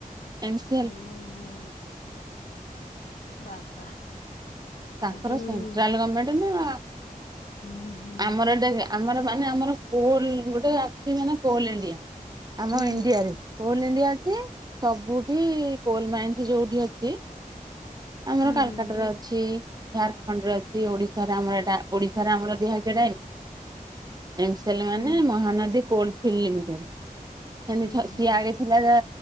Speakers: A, on the right; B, on the left.
A: ଏଙ୍ଗସେଲ।
B: ଓହୋ ବାବା।
A: ତାଙ୍କର
B: ଆଉ ଯୋଉ
A: ସେଣ୍ଟ୍ରାଲ ଗଭର୍ଣମେଣ୍ଟ ନା
B: ହୁଁ ହୁଁ
A: ଆମର ଦେଖ। ଆମର ମାନେ ଆମର କୋଲ ଗୋଟେ ଅଛି ମାନେ କୋଲ ଇଣ୍ଡିଆ ଆମ
B: ହୁଁ
A: ଇଣ୍ଡିଆରେ। କୋଲ ଇଣ୍ଡିଆ ଅଛି ସବୁଠି କୋଲ ମାଇନ୍ ଯୋଉଠି ଅଛି। ଆମର
B: ହୁଁ
A: କାଲକାଟା
B: ହୁଁ
A: ର ଅ ଛି ଝାରଖଣ୍ଡରେ ଅଛି ଓଡିଶ ରେ ଆମର ଏଟା ଓଡିଶ ରେ ଆମର ଦିଆହେଇଚି ଏଟା <unintelligible> ଏଲ ମାନେ
B: ହୁଁ
A: ମହାନଦୀ କୋ ଫିଲ୍ଡମେ
B: ହୁଁ ହୁଁ
A: ସିଏ ଆଗେ ଥିଲା ଯା